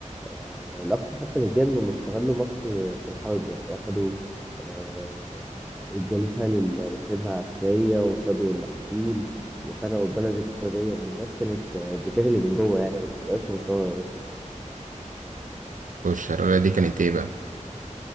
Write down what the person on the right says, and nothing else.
والشرارة دي كانت ايه بقى